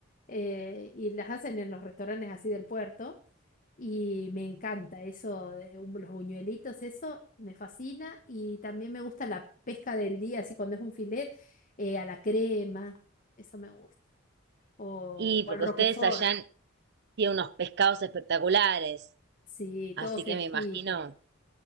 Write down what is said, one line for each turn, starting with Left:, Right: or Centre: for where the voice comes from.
Left: eh, y las hacen en los restaurantes así del puerto. Y me encanta eso de un- los buñuelitos, eso me fascina. Y también me gusta la pesca del día, así cuando es un filet, eh, a la crema, eso me gusta. O,
Right: Y porque
Left: o al Roquefort.
Right: ustedes allá tienen unos pescados espectaculares,
Left: Sí,
Right: así
Left: todo fresquito.
Right: que me imagino